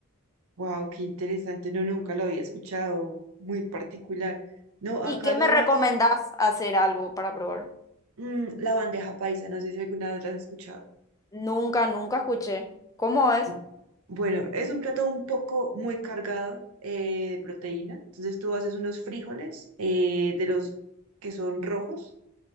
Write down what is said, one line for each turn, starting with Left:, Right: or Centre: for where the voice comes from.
Right: wow, qué interesante. No, nunca lo había escuchado. Muy particular. No, acá
Left: ¿Y qué
Right: lo
Left: me recomendás
Right: más,
Left: hacer algo para probar?
Right: mm, la bandeja paisa. No sé si alguna vez la has escuchado.
Left: Nunca, nunca escuché. ¿Cómo es?
Right: Mm, Bueno, es un plato un poco muy cargado eh, de proteína. Entonces tú haces unos frijoles eh, de los que son rojos.